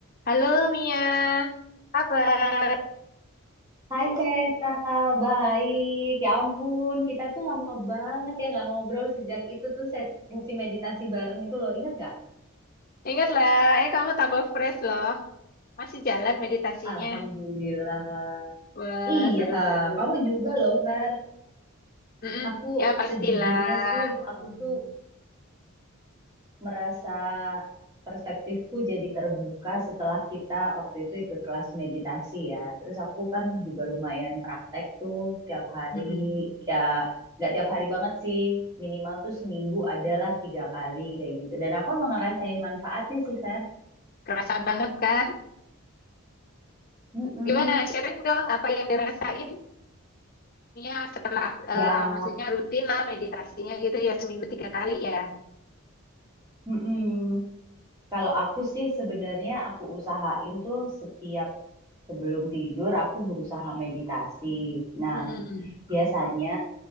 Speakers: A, on the left; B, on the right.
A: Halo Mia, kabar?
B: Hai Vera, baik. Ya ampun, kita tuh lama banget ya nggak ngobrol sejak itu tuh set- sesi meditasi bareng itu loh, ingat nggak?
A: Ingatlah, eh kamu tambah fresh loh. Masih jalan meditasinya.
B: Alhamdulillah.
A: Wah,
B: Iya,
A: seru-seru.
B: eh, kamu juga loh Ver.
A: Mm-mm.
B: Aku
A: Ya pastilah.
B: sejujurnya sih, aku
A: Mm-mm.
B: tuh merasa perspektifku jadi terbuka setelah kita waktu itu ikut kelas meditasi ya. Terus aku kan juga lumayan praktek tuh tiap hari,
A: Mm-mm.
B: ya nggak tiap hari banget sih, minimal tuh seminggu adalah tiga kali kayak gitu. Dan aku emang ngerasain manfaatnya sih, Fer.
A: Kerasa banget kan?
B: Mm-mm.
A: Gimana? Sharing dong apa yang dirasain Mia setelah,
B: Ya,
A: eh, eh, maksudnya rutin lah meditasinya gitu ya seminggu tiga kali ya.
B: mm-mm. Kalau aku sih sebenarnya aku usahain tuh setiap sebelum tidur aku berusaha meditasi. Nah,
A: Mm-mm.
B: biasanya